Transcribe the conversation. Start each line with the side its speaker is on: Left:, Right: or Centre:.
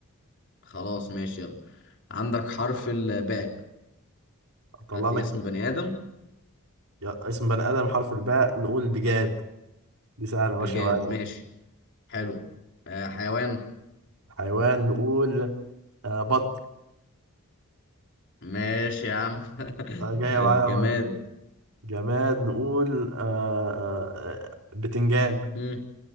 Left: خلاص ماشي يلا عندك حرف الباء
Right: اطلع
Left: هات
Right: لك
Left: لي اسم بني آدم
Right: يا- اسم بني ادم حرف الباء نقول بجاد دي سهلة ماشية
Left: بجاد
Right: معايا دي
Left: ماشي حلو آه حيوان
Right: حيوان نقول آه، بط
Left: ماشي يا عم <laughs>
Right: آه، جاية
Left: الجماد
Right: معايا برضه جماد نقول آه آه آه، بتنجان
Left: مم.